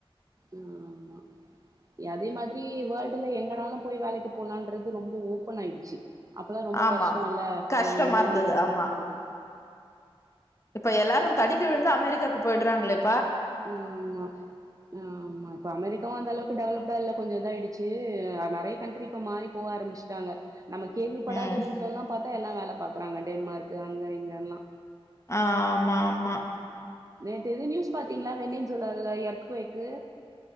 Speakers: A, on the right; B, on the left.
A: ஆமா எ அதே மாதிரி வேல்டுல எங்கனாலு போய் வேலைக்கு போலான்றது ரொம்போ ஓப்பனாயிடுச்சி அப்பெல்லா ரொம்போ
B: ஆமாம்
A: கஷ்டோல்ல
B: கஷ்டமா
A: ஒரு ஊர்லெந்து
B: இருந்தது
A: இன்னொரு
B: ஆமா
A: ஊர் போறது
B: இப்ப எல்லாரு தடிக்கி விழுந்தா அமெரிக்காக்கு போயிட்றாங்ளே இப்
A: ம் ஆமா ஆ ஆமா இப்ப அமெரிக்காவு அந்தளவுக்கு டெவலப்டா இல்ல கொஞ்சோ இதாயிடுச்சி நறைய கண்ட்ரி இப்போ மாறி போவ ஆரம்பிச்சிட்டாங்க நம்ம கேள்விப்படாத
B: ம்
A: ஊர்லல்லா பாத்தா எல்லா வேல பாக்குறாங்க டென்மார்க்கு அங்க இங்கல்லா
B: ஆ ஆமா ஆமா
A: நேத்து எதோ நியூஸ் பாத்தீங்களா வெண்னின்சுலாவ்ல எர்த்குவைக்கு